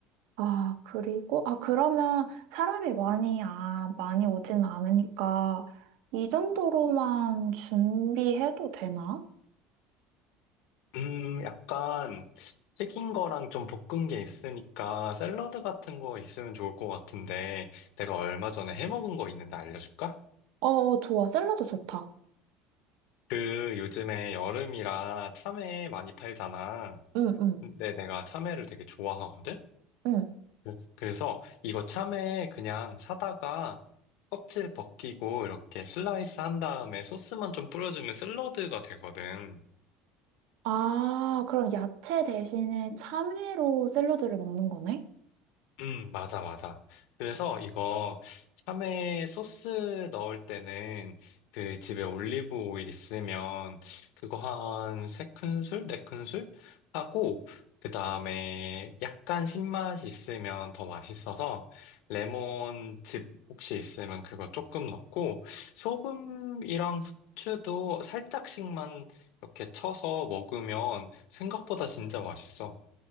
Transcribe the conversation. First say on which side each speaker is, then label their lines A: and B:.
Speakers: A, on the right; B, on the left.
A: 아, 그리고, 아, 그러면 사람이 많이, 아, 많이 오진 않으니까 이 정도로만 준비해도 되나?
B: 음, 약간, 튀긴 거랑 좀 볶은 게 있으니까, 샐러드 같은 거 있으면 좋을 것 같은데, 내가 얼마 전에 해 먹은 거 있는데 알려줄까?
A: 어, 좋아. 샐러드 좋다.
B: 그 요즘에 여름이라 참외 많이 팔잖아.
A: 응, 응,
B: 근데 내가 참외를 되게 좋아하거든?
A: 응.
B: 그- 그래서 이거 참외 그냥 사다가 껍질 벗기고 이렇게 슬라이스 한 다음에 소스만 좀 뿌려주면 샐러드가 되거든.
A: 아, 그럼 야채 대신에 참외로 샐러드를 먹는 거네?
B: 음, 맞아, 맞아. 그래서 이거 참외 소스 넣을 때는 그 집에 올리브 오일 있으면 그거 한 세 큰술, 네 큰술 하고 그 다음에 약간 신맛이 있으면 더 맛있어서 레몬즙 혹시 있으면 그거 조금 넣고 소금이랑 후추도 살짝씩만 이렇게 쳐서 먹으면 생각보다 진짜 맛있어.